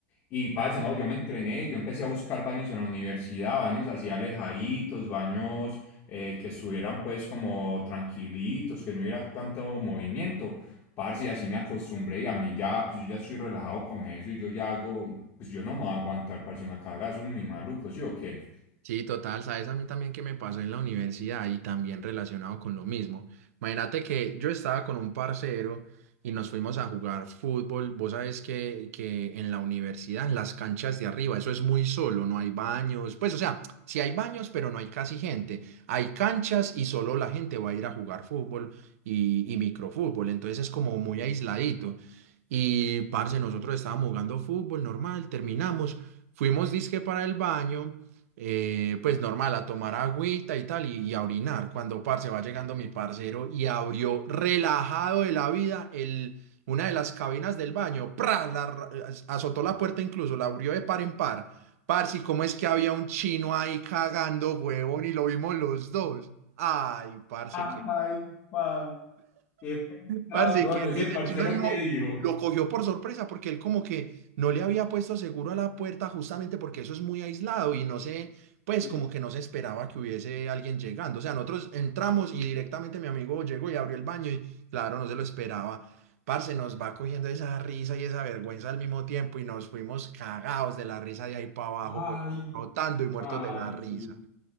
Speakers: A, on the left (about 30°); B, on the right (about 70°).
A: Y parce, no, yo me entrené, yo empecé a buscar baños en la universidad, baños así alejaditos, baños eh, que estuvieran pues como tranquilitos, que no hubiera tanto movimiento. Parce, y así me acostumbré y a mí ya, pues yo ya estoy relajado con eso y yo ya hago, pues yo no me voy a aguantar, parce, una cagada, eso es muy maluco, ¿sí o qué?
B: Sí, total, sabes a mí también que me pasó en la universidad y también relacionado con lo mismo. Imagínate que yo estaba con un parcero y nos fuimos a jugar fútbol. Vos sabés que, que en la universidad, en las canchas de arriba, eso es muy solo, no hay baños. Pues o sea, sí hay baños, pero no hay casi gente. Hay canchas y solo la gente va a ir a jugar fútbol y, y microfútbol. Entonces es como muy aisladito. Y parce, nosotros estábamos jugando fútbol normal, terminamos, fuimos disque para el baño eh, pues normal, a tomar agüita y tal, y, y a orinar. Cuando, parce, va llegando mi parcero y abrió relajado de la vida el, una de las cabinas del baño, ¡pra! La ra- azotó la puerta incluso, la abrió de par en par. Parce, ¿y ¿cómo es que había un chino ahí cagando, huevón, y lo vimos los dos? Ay, parce,
A: Ay,
B: qué...
A: pa, qué pecado,
B: Parce,
A: coño.
B: qué risa.
A: Ese parcero
B: El chino mismo
A: que dijo.
B: lo cogió por sorpresa porque él como que no le había puesto seguro a la puerta justamente porque eso es muy aislado y no sé, pues
A: Sí.
B: como que no se esperaba que hubiese alguien llegando. O sea, nosotros entramos y directamente mi amigo llegó y abrió el baño y claro, no se lo esperaba. Parce, nos va cogiendo esa risa y esa vergüenza al mismo tiempo y nos fuimos cagados de la risa de ahí para abajo,
A: Ay,
B: güey, rotando y muertos
A: ay,
B: de la risa.
A: sí.